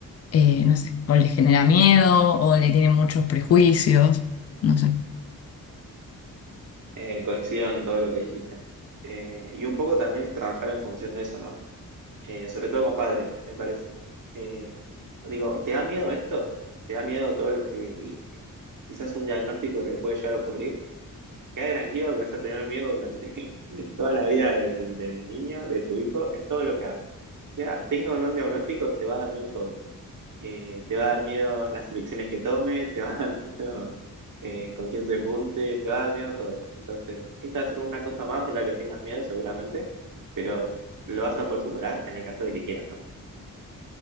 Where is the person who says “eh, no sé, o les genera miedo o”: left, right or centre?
Left